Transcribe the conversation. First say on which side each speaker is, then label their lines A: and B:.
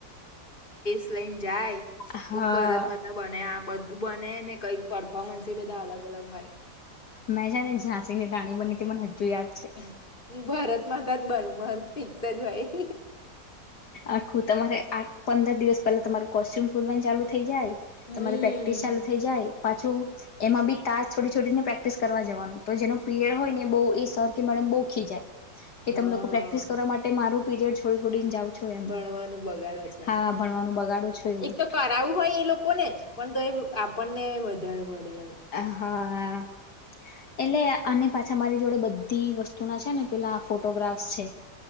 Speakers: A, on the left; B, on the left.
A: ત્લેઈન જાય.
B: હા
A: કોક ભરત માતા બને આ બધ બને ને કઈક પરફોર્મન્સ એ બધા અલગ અલગ હોય
B: મેં જા ને ઝાંસી ની રાણી બની ત મને હજુ યાદ છે.
A: હ ભારત માતાત બનબર ફિક્સ જ ભાઈ
B: આખું તમારે આ પંદર દિવસ પેલા તમારું કોસ્ટ્યુમસ બોવાનું ચાલુ થઈ જાય
A: હમ
B: તમારી પ્રેક્ટિસ ચાલુ થઈ જાય પાછું એમાં બી તાસ છોડી છોડીને પ્રેક્ટિસ કરવા જવાનું તો જેનો પીરયડ હો ને બહુ એ સર કે મેડમ બહુ ખી જાય કે
A: હા
B: તમે લોકો પ્રેક્ટિસ કરવા માટે મારું પીરિયડ છોડીને જાઓ છો એમ.
A: ભણવાનું બગાડો છે
B: હા
A: એમ
B: ભણવાનું બગાડો છો એવું
A: એક તો કરાવું હોય એ લોકોને જ પણ તો એ આપણને વધારે વડે.
B: આ હા. હ એટલે અને પાછા મારી જોડે બધી વસ્તુ ના છે ને પેલા ફોટોગ્રાફ્સ છે.